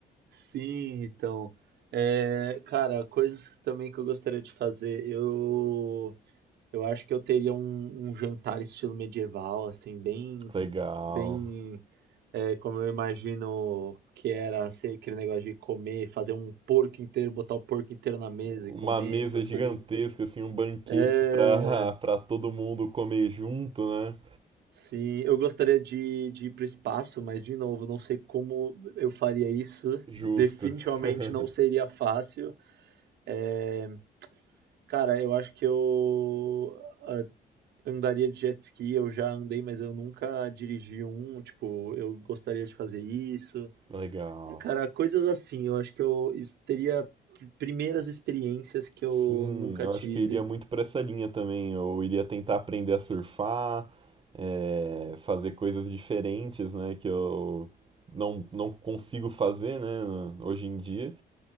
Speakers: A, on the right; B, on the right.
A: Sim, então, é, cara, coisas também que eu gostaria de fazer, eu, eu acho que eu teria um, um jantar estilo medieval, assim, bem,
B: Legal.
A: bem, é, como eu imagino que era ser aquele negócio de comer, fazer um porco inteiro, botar o porco inteiro na mesa
B: uma
A: e comer,
B: mesa
A: essas
B: gigantesca,
A: coisas.
B: assim, um banquete
A: É,
B: pra, <laughs> pra todo mundo comer junto, né?
A: Sim, eu gostaria de, de ir para o espaço, mas de novo, não sei como eu faria isso.
B: Justo.
A: Definitivamente
B: <laughs>
A: não seria fácil. É, cara, eu acho que eu ah, andaria de jet ski. Eu já andei, mas eu nunca dirigi um. Tipo, eu gostaria de fazer isso.
B: Legal.
A: É, cara, coisas assim. Eu acho que eu es- teria primeiras experiências que eu
B: Sim,
A: nunca
B: eu
A: tive.
B: acho que eu iria muito pra essa linha também. Eu iria tentar aprender a surfar, é, fazer coisas diferentes, né? Que eu não, não consigo fazer, né? Hoje em dia.